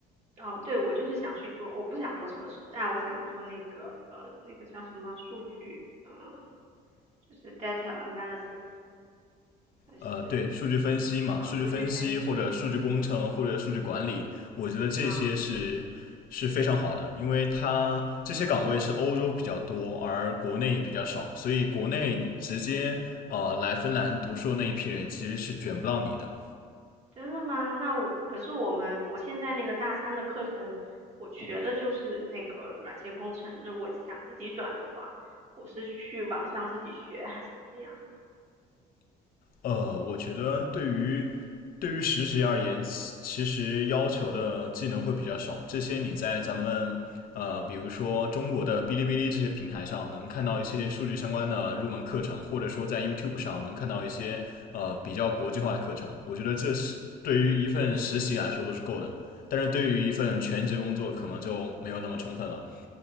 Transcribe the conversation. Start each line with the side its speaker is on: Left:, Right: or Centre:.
Right: 哦，对，我就是想去做，我不想做测试，但我想做那个呃，那个叫什么数据，呃，就是 data analysis，还是
Left: 呃，对，数据分析嘛，
Right: 啊、
Left: 数据分析或者数据工程或者数据管理，
Right: 数据分析。
Left: 我觉得这些是是非常好的，
Right: 嗯，
Left: 因为它这些岗位是欧洲比较多，而国内比较少，所以国内直接呃来芬兰读硕那一批人其实是卷不到你的。
Right: 真的吗？那我可是我们我现在那个大三的课程，我学的就是那个软件工程。那我想自己转的话，我是去网上自己学还是怎么样？
Left: 呃，我觉得对于对于实习而言，其其实要求的技能会比较少。这些你在咱们呃，比如说中国的哔哩哔哩这些平台上能看到一些数据相关的入门课程，或者说在 YouTube 上能看到一些呃比较国际化的课程。我觉得这是对于一份实习来说都是够的，但是对于一份全职工作可能就没有那么充分了。